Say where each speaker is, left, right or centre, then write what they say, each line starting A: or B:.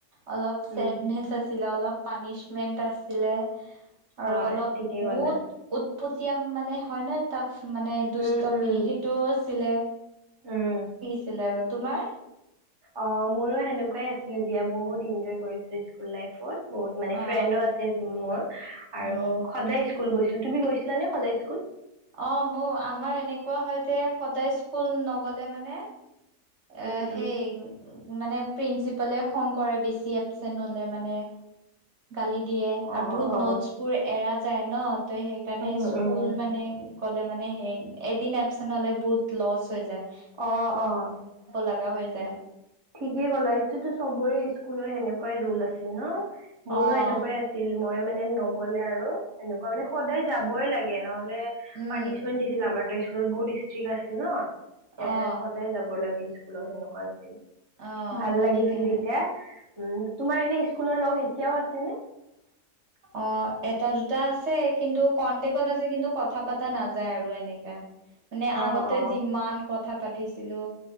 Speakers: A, on the right; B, on the right.
A: অলপ
B: উম
A: ছেডনেচ আছিলে অলপ পানিছমেন্ট আছিলে।
B: হয়
A: আৰু অলপ
B: ঠিকেই ক'লা
A: বহুত উত পতিয়াম মানে হয়নে তাক মানে দুষ্টমি
B: উম উম
A: সেইটোও আছিলে।
B: উম।
A: ছিলে আৰু তোমাৰ
B: অ' মোৰো সেনেকুৱাই আছিলে দিয়া বহুত এনঞ্জয় কৰিছোঁ স্কুল লাইফত। বহুত মানে
A: অ
B: ফ্ৰেণ্ডো আছে মোৰ মোৰ আৰু
A: উম
B: সদায় স্কু স্কুল গৈছিলোঁ। তুমি গৈছিলানে সদায় স্কুল?
A: অ' মোৰ আমাৰ এনেকুৱা হয় যে সদায় স্কুল নগলে মানে
B: উম
A: আহ হেই
B: উম
A: মানে প্ৰিন্ঞ্চিপালে খং কৰে বেছি এবচেন্ট হ'লে মানে গালি দিয়ে
B: অ
A: আৰু বহুত
B: অ
A: নোটচ বোৰৰ এৰা যায় ন তোৰ সেইকাৰণে
B: উম
A: স্কুল
B: উম
A: মানে গ'লে মানে সেই এদিন এপচেণ্ট হ'লে বহুত লচ্ হৈ যায়।
B: অহ' অহ'
A: লাগা হৈ যায়।
B: ঠিকেই ক'লা ইচটোৰ চবৰে স্কুলৰ সেনেকুৱাই ৰোল আছিল ন মোৰো
A: অ
B: এনেকুৱাই আছিল মই মানে নগলে আৰু এনেকুৱা মানে সদায় যাবই লাগে নহ'লে মানে
A: উম
B: পানিচমেন্ট দিছিল আমাৰ তাৰ স্কুলত বহুত ষ্ট্ৰিক্ আছিল ন।
A: অ',
B: এ সদায় যাব লাগে স্কুলত সেনেকুৱা আছিল।
A: অ',
B: ভাল লাগিছিল
A: সেইকাৰণে
B: তেতিয়া উম তোমাৰ এনে স্কুলৰ লগ এতিয়াও আছে নে। <inaudible>
A: অ এটা দুটা আছে কিন্তু কনটেক্টত আছে কিন্তু কথা পতা নাযায় আৰু এনেকা। মানে
B: অ
A: আগতে
B: অ
A: যিমান কথা পাতিছিলো।